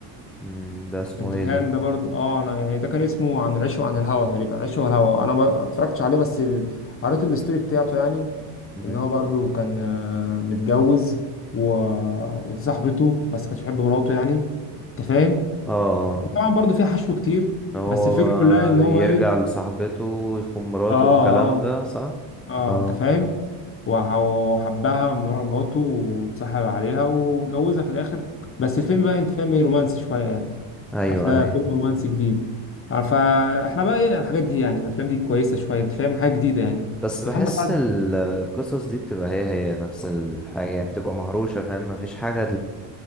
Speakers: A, in the centre; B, on the left (about 25°).
A: مم، ده اسمه
B: انت
A: ايه
B: فاهم
A: ده
B: ده برضه اه انا يعني ده كان اسمه عن العشق وعن الهوى تقريبا عن العشق والهوى انا ما اتفرجتش عليه بس ال... قريت الستوري بتاعته يعني
A: مم،
B: ان هو برضه كان آه، متجوز و... ودي صاحبته بس كانش بيحب مراته يعني انت فاهم
A: اه
B: طبعا برضه في حشو كتير
A: إن هو
B: بس الفكره
A: بقى
B: كلها ان هو
A: يرجع
B: ايه
A: لصاحبته ويخون مراته
B: اه
A: والكلام
B: اه
A: ده صح
B: اه
A: اه
B: انت فاهم وح- وحبها من ورا مراته واتصاحب عليها واتجوزها في الاخر بس الفيلم بقى انت فاهم ايه رومانسي شويه يعني
A: ايوه
B: افلام
A: ايوه
B: فيلم رومانسي جديد آه، فاحنا بقى ايه الحاجات دي يعني الافلام دي كويسه شويه انت فاهم حاجه جديده يعني
A: بس
B: بس
A: بحس
B: محمد سعد
A: ال- القصص دي بتبقى هي هي نفس الحاجة يعني بتبقى مهروشة فاهم مفيش حاجة